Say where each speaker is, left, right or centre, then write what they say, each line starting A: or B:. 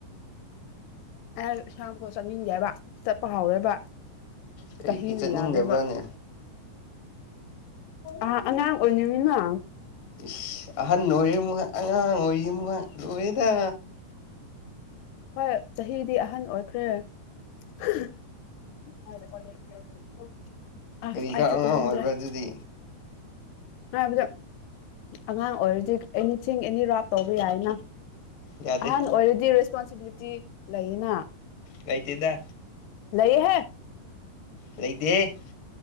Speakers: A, on the left (about 80°); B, on the left (about 55°).
A: ꯑꯩ ꯏꯟꯁꯥꯡꯗꯣ ꯆꯥꯅꯤꯡꯟꯗꯦꯕ ꯆꯠꯄ ꯍꯥꯎꯝ‌‌ ꯋꯦꯕ꯫
B: ꯀꯩꯒꯤ
A: ꯆꯍꯤꯅ
B: ꯆꯠꯅꯤꯡꯗꯕ꯭ꯔꯥꯅꯦ
A: ꯌꯥꯗꯦꯕ ꯑ ꯑꯉꯥꯡ ꯑꯣꯏꯅꯤꯡꯉꯤꯅ
B: ꯏꯁ ꯑꯍꯟ ꯑꯣꯏꯔꯤꯃꯨꯛ ꯍꯥꯏ ꯑꯉꯥꯡ ꯑꯣꯏꯔꯤꯃꯨꯛ ꯍꯥꯏ ꯂꯨꯔꯦꯗꯥ
A: ꯍꯣꯏ ꯆꯍꯤꯗꯤ ꯑꯍꯟ ꯑꯣꯏꯈ꯭ꯔꯦ꯫ <unintelligible> <unintelligible> ꯑꯁ
B: ꯀꯔꯤꯒ
A: ꯑꯩꯁꯨ
B: ꯑꯉꯥꯡ
A: ꯈꯨꯂꯨꯝꯗ꯭ꯔꯦ
B: ꯑꯣꯏꯕ꯭ꯔꯥ ꯑꯗꯨꯗꯤ꯫
A: ꯍꯥꯏꯕꯗ ꯑꯉꯥꯡ ꯑꯣꯏꯔꯗꯤ ꯑꯦꯅꯤꯊꯤꯡ ꯑꯦꯅꯤ ꯔꯥꯞ ꯇꯧꯕ ꯌꯥꯏꯅ꯫
B: ꯌꯥꯗꯦ
A: ꯑꯍꯥꯟ ꯑꯣꯏꯔꯗꯤ ꯔꯁꯄꯣꯟꯁꯤꯕꯤꯂꯤꯇꯤ ꯂꯩꯌꯦꯅ꯫
B: ꯂꯩꯇꯦꯗ꯫
A: ꯂꯩ ꯍꯦ꯫
B: ꯂꯩꯇꯦꯍꯦ